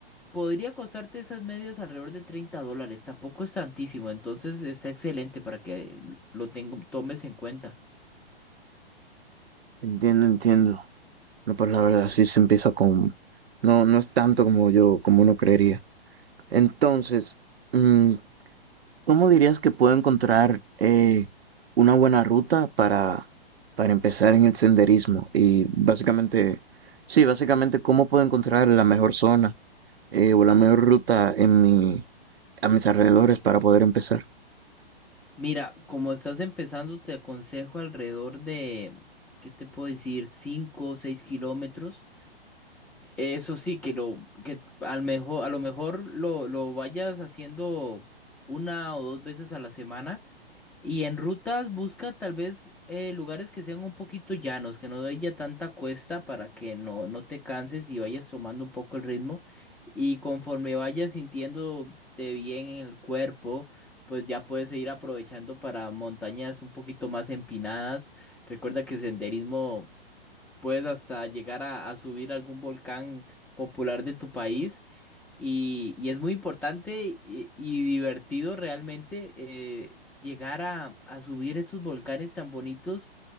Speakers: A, in the centre; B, on the right.
A: Podría costarte esas medias alrededor de 30 dólares, tampoco es tantísimo, entonces está excelente para que lo tengo- tomes en cuenta.
B: Entiendo, entiendo. No, pues la verdad sí se empieza con... No, no es tanto como yo, como uno creería. Entonces, mm, ¿cómo dirías que puedo encontrar eh, una buena ruta para, para empezar en el senderismo? Y básicamente, sí, básicamente, ¿cómo puedo encontrar la mejor zona eh, o la mejor ruta en mi, a mis alrededores para poder empezar?
A: Mira, como estás empezando, te aconsejo alrededor de, ¿qué te puedo decir? 5 o 6 kilómetros. Eso sí, que lo, que al mejor, a lo mejor lo, lo vayas haciendo una o dos veces a la semana Y en rutas busca tal vez eh, lugares que sean un poquito llanos, que no haya tanta cuesta para que no, no te canses y vayas tomando un poco el ritmo. Y conforme vayas sintiéndote bien en el cuerpo, pues ya puedes ir aprovechando para montañas un poquito más empinadas. Recuerda que senderismo puedes hasta llegar a, a subir algún volcán popular de tu país. Y, y es muy importante y, y divertido realmente eh, llegar a, a subir estos volcanes tan bonitos